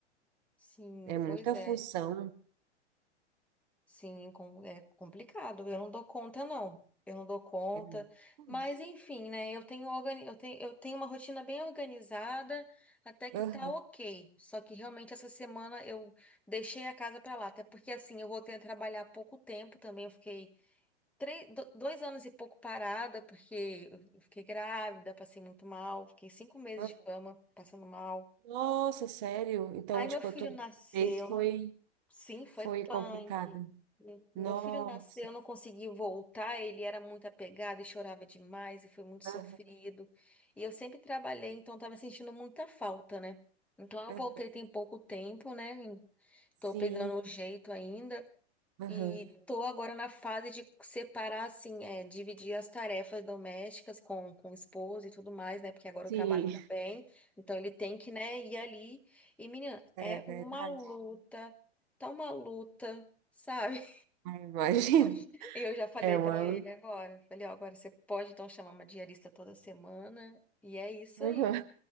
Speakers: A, in the centre; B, on the right.
A: Sim,
B: É muita
A: pois é.
B: função.
A: Sim, com- é complicado. Eu não dou conta, não. Eu não dou conta.
B: É muita coisa.
A: Mas, enfim, né? Eu tenho, organi- eu tenho, eu tenho uma rotina bem organizada, até que
B: Aham,
A: tá ok. Só que realmente essa semana eu deixei a casa pra lá. Até porque, assim, eu voltei a trabalhar há pouco tempo também. Eu fiquei três, do- dois anos e pouco parada, porque eu fiquei grávida, passei muito mal. Fiquei cinco meses
B: aham.
A: de cama, passando mal.
B: Nossa, sério? Então,
A: Aí
B: tipo,
A: meu filho
B: a tua
A: nasceu,
B: vez foi,
A: não Sim, foi
B: foi
A: punk.
B: complicada.
A: Meu
B: Nossa.
A: filho nasceu, eu não consegui voltar, ele era muito apegado e chorava demais e foi muito sofrido.
B: aham,
A: E eu sempre trabalhei, então estava sentindo muita falta, né? Então eu
B: aham.
A: voltei tem pouco tempo, né?
B: Sim.
A: Tô pegando o jeito ainda.
B: aham.
A: E tô agora na fase de separar, assim, é, dividir as tarefas domésticas com, com o esposo e tudo mais, né? Porque agora
B: Sim,
A: eu trabalho também, então ele tem que, né, ir ali. E, menina,
B: É
A: é
B: verdade.
A: uma luta, tá uma luta, sabe?
B: Ai, Imagino.
A: <laughs> Eu já falei
B: É uma.
A: pra ele agora. Falei, ó, agora você pode então chamar uma diarista toda semana, e é isso
B: Uhum.
A: aí.